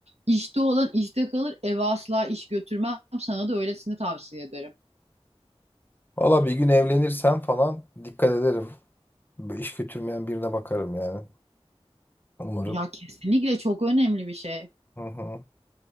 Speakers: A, on the right; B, on the left.
A: İşte olan işte kalır eve asla iş götürmem sana da öylesini tavsiye ederim.
B: Valla bir gün evlenirsem falan dikkat ederim. Böyle iş götürmeyen birine bakarım yani. Umarım.
A: Ya kesinlikle çok önemli bir şey.
B: Hı hı.